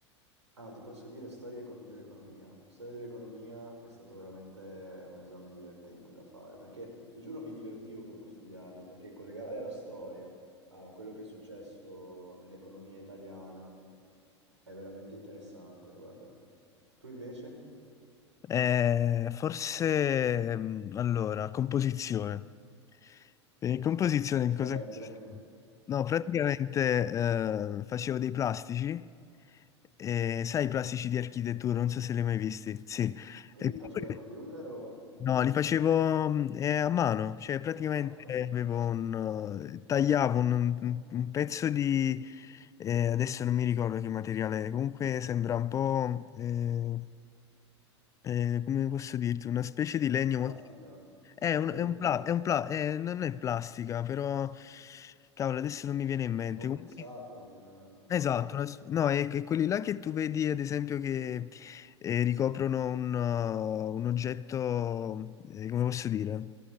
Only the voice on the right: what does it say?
Ah, ti posso dire storia econ- dell'economia. Storia dell'economia è stato veramente un esame divertente da fare, perché ti giuro mi divertivo proprio a studiarlo, perché collegare la storia a quello che è successo nell'economia italiana è veramente interessante, guarda. Tu invece
sarebbe...
Ma
Li
Facevi a computer o...
Ah, ok.
Plastica,
legno,
compensato,
un...
Sì,